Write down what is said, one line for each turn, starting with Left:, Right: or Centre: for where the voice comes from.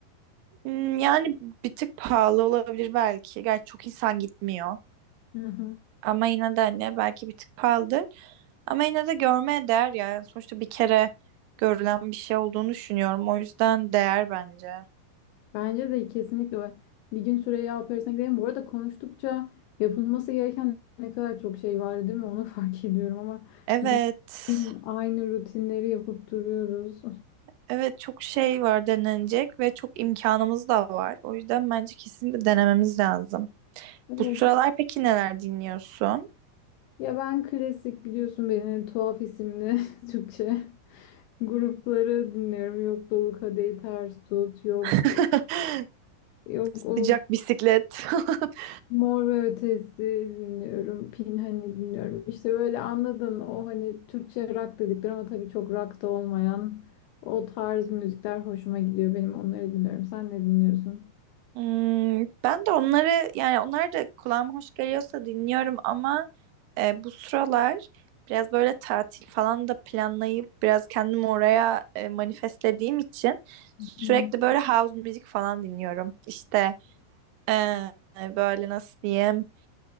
Right: Hmm, Yani bir tık pahalı olabilir belki gerçi çok insan gitmiyor.
Left: Hı hı.
Right: Ama yine de hani belki bir tık pahalıdır. Ama yine de görmeye değer yani. Sonuçta bir kere görülen bir şey olduğunu düşünüyorum. O yüzden değer bence.
Left: Bence de kesinlikle bir gün Süreyya Operası'na gidelim. Bu arada konuştukça yapılması gereken ne kadar çok şey var değil mi? Onu <laughs> fark ediyorum ama
Right: Evet.
Left: biz bugün aynı rutinleri yapıp duruyoruz.
Right: Evet çok şey var denenecek ve çok imkanımız da var. O yüzden bence kesinlikle denememiz lazım.
Left: Evet.
Right: Bu sıralar peki neler dinliyorsun?
Left: Ya ben klasik biliyorsun beni tuhaf isimli <laughs> Türkçe Grupları dinliyorum. Yok Dolu Kadehi Ters Tut, yok
Right: <laughs>
Left: yok
Right: Sıcak
Left: o
Right: bisiklet. <laughs>
Left: Mor ve Ötesi dinliyorum. Pinhani dinliyorum. İşte böyle anladın o hani Türkçe rock dedikleri ama tabii çok rock da olmayan o tarz müzikler hoşuma gidiyor benim. Onları dinliyorum. Sen ne dinliyorsun?
Right: Hmm, ben de onları yani onlar da kulağıma hoş geliyorsa dinliyorum ama e, bu sıralar biraz böyle tatil falan da planlayıp biraz kendimi oraya e, manifestlediğim için sürekli
Left: Hmm.
Right: böyle house müzik falan dinliyorum. İşte e, böyle nasıl diyeyim